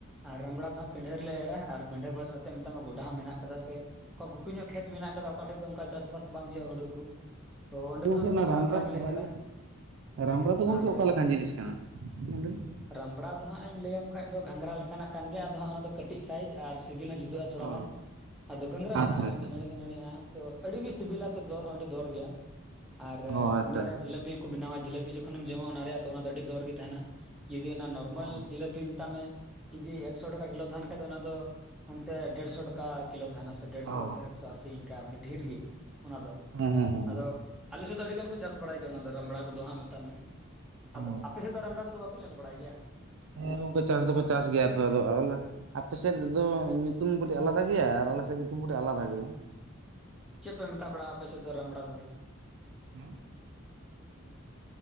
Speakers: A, in the centre; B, on the right.
A: ᱟᱨ ᱨᱟᱢᱲᱟ ᱫᱚ ᱦᱟᱸᱜ ᱯᱤᱰᱷᱟᱹ ᱨᱮᱞᱮ ᱮᱨᱟ ᱟᱨ ᱯᱤᱰᱷᱟᱹ ᱵᱟᱫᱽ ᱠᱟᱛᱮ ᱢᱮᱛᱟᱢᱟ ᱜᱚᱰᱟ ᱦᱚᱸ ᱢᱮᱱᱟᱜ ᱠᱟᱫᱟ ᱥᱮ ᱚᱠᱟ ᱜᱷᱩᱴᱩ ᱧᱚᱜ ᱠᱷᱮᱛ ᱢᱮᱱᱟᱜ ᱠᱟᱫᱟ ᱚᱠᱟ ᱴᱷᱮᱡ ᱫᱚ ᱚᱱᱠᱟ ᱪᱟᱥᱵᱟᱥ ᱵᱟᱝ ᱦᱩᱭᱩᱜᱼᱟ ᱦᱩᱲᱩ ᱠᱚ ᱛᱚ ᱚᱸᱰᱮ
B: ᱫᱩᱠ
A: ᱫᱚ ᱦᱟᱸᱜ
B: <inaudible>
A: ᱢᱮᱛᱟᱜ
B: ᱨᱟᱢᱲᱟ
A: ᱢᱮ ᱜᱮᱞᱮ
B: ᱨᱟᱢᱼᱼ
A: ᱮᱨᱟ
B: ᱨᱟᱢᱲᱟ ᱫᱚ ᱜᱚᱝᱠᱮ
A: ᱟᱨ
B: ᱚᱠᱟ ᱞᱮᱠᱟᱱ ᱡᱤᱱᱤᱥ ᱠᱟᱱᱟ ᱢᱮᱱᱫᱟᱞᱤᱧ
A: ᱨᱟᱢᱲᱟ ᱫᱚ ᱦᱟᱸᱜ ᱤᱧ ᱞᱟᱹᱭᱟᱢ ᱠᱷᱟᱱ ᱫᱚ ᱜᱷᱟᱸᱜᱽᱨᱟ ᱞᱮᱠᱟ ᱱᱟᱜ ᱠᱟᱱ ᱜᱮᱭᱟ ᱟᱫᱚ ᱦᱟᱸᱜ ᱚᱱᱟᱫᱚ ᱠᱟᱹᱴᱤᱡ ᱥᱟᱭᱤᱡᱽ ᱟᱨ ᱥᱤᱵᱤᱞ ᱦᱚᱸ ᱡᱩᱫᱟᱹᱜᱼᱟ ᱛᱷᱚᱲᱟ
B: ᱚ
A: ᱜᱟᱱ ᱟᱫᱚ ᱜᱷᱟᱝᱨᱟ
B: ᱟᱪᱪᱷᱟ
A: ᱞᱮᱠᱟᱱᱟᱜ ᱠᱟᱱ
B: ᱟᱪᱪᱷᱟ
A: ᱜᱮᱭᱟ ᱱᱟᱹᱲᱤ ᱦᱚᱸ ᱱᱟᱹᱲᱤᱜᱼᱟ ᱛᱚ ᱟᱹᱰᱤ ᱜᱮ ᱥᱤᱵᱤᱞᱟ ᱥᱮ ᱫᱚᱨ ᱦᱚᱸ ᱟᱹᱰᱤ ᱫᱚᱨ ᱜᱮᱭᱟ ᱟᱨ
B: ᱚ ᱟᱪᱪᱷᱟ
A: ᱚᱱᱟ
B: ᱟᱪᱪᱷᱟ
A: ᱨᱮᱭᱟᱜ ᱡᱤᱞᱟᱹᱯᱤ ᱦᱚᱸᱠᱚ ᱵᱮᱱᱟᱣᱟ ᱡᱤᱞᱟᱹᱯᱤ ᱡᱚᱠᱷᱚᱱᱮᱢ ᱡᱚᱢᱟ ᱚᱱᱟ ᱨᱮᱭᱟᱜ ᱚᱱᱟ ᱫᱚ ᱟᱹᱰᱤ ᱫᱚᱨ ᱜᱮ ᱛᱟᱦᱮᱱᱟ ᱡᱩᱫᱤ ᱚᱱᱟ ᱱᱚᱨᱢᱟᱞ
B: ᱚ
A: ᱡᱤᱞᱟᱹᱯᱤ ᱢᱮᱛᱟᱜ ᱢᱮ ᱡᱩᱫᱤ ᱮᱠᱥᱚ ᱴᱟᱠᱟ ᱠᱤᱞᱳ ᱛᱟᱦᱮᱱ ᱠᱷᱟᱱ ᱫᱚ ᱚᱱᱟ ᱫᱚ ᱦᱟᱱᱛᱮ ᱰᱮᱲᱥᱚ ᱴᱟᱠᱟ ᱠᱤᱞᱳ ᱛᱟᱦᱮᱱᱟ ᱥᱮ ᱰᱮᱲᱥᱚ
B: ᱚ
A: ᱮᱠᱥᱚ ᱟᱥᱤ ᱤᱱᱠᱟᱹ ᱵᱚᱞᱮ ᱰᱷᱮᱨ ᱜᱮ ᱚᱱᱟ ᱫᱚ
B: ᱦᱮᱸ ᱦᱮᱸ ᱦᱮᱸ
A: ᱟᱫᱚ ᱟᱞᱮ ᱥᱮᱫ ᱫᱚ ᱟᱹᱰᱤ ᱜᱟᱱ ᱠᱚ ᱪᱟᱥ ᱵᱟᱲᱟᱭ ᱜᱮᱭᱟ ᱚᱱᱟ ᱫᱚ ᱨᱟᱢᱲᱟ ᱠᱚᱫᱚ ᱦᱟᱸᱜ ᱢᱮᱛᱟᱜ ᱢᱮ
B: ᱚ
A: ᱟᱫᱚ ᱟᱯᱮ ᱥᱮᱫ ᱫᱚ ᱨᱟᱢᱲᱟ ᱠᱚᱫᱚ ᱵᱟᱠᱚ ᱪᱟᱥ ᱵᱟᱲᱟᱭ ᱜᱮᱭᱟ
B: ᱦᱮᱸ ᱜᱚᱝᱠᱮ ᱪᱟᱥ ᱫᱚᱠᱚ ᱪᱟᱥ ᱜᱮᱭᱟ ᱟᱫᱚ ᱟᱯᱮ ᱥᱮᱫ ᱫᱚ ᱧᱩᱛᱩᱢ ᱠᱟᱹᱴᱤᱡ ᱟᱞᱟᱫᱟ ᱜᱮᱭᱟ ᱟᱨ ᱟᱞᱮ ᱥᱮᱫ ᱧᱩᱛᱩᱢ ᱠᱟᱹᱴᱤᱡ ᱟᱞᱟᱫᱟ ᱜᱮᱭᱟ
A: ᱪᱮᱫ ᱯᱮ ᱢᱮᱛᱟ ᱵᱟᱲᱟᱜᱼᱟ ᱟᱯᱮ ᱥᱮᱫ ᱫᱚ ᱨᱟᱢᱵᱲᱟ ᱫᱚ
B: ᱦᱮᱸ <inaudible>